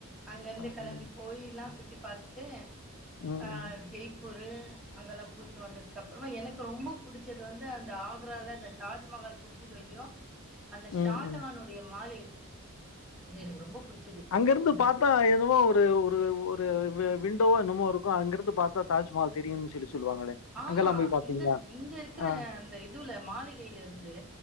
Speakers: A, in the centre; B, on the left.
A: அங்கருந்து
B: ஆ,
A: கெளம்பி
B: ம்,
A: போயில்லா சுத்தி பாத்துட்டு
B: ம்,
A: அ ஜெய்ப்பூரு அங்கல்லா போயிட்டு வந்ததுக் அப்றமா எனக்கு ரொம்ப புடிச்சது வந் து அந்த ஆக்ரால இந்த தாஜ்மஹால் புடிச்சதோ இல்யோ அந்த
B: ம்,
A: ஷாஜஹானுடைய
B: ம்.
A: மாளிகை அது எனக்கு ரொம்ப புடிச்சது
B: அங்கருந்து
A: அந்த
B: பாத்தா எதுவோ ஒரு ஒரு ஒரு வே விண்டோ என்னமோ இருக்கு அங்கருந்து பாத்தா தாஜ்மஹால் தெரியுன் சொல்லி சொல்லுவாங்களே!
A: ஆமா
B: அங்கெல்லாம் போய் பாத்தீங்களா?
A: இங்கத் இங்க இருக்குற
B: ஆ
A: அந்த இதுல மாளிகைல இருந்து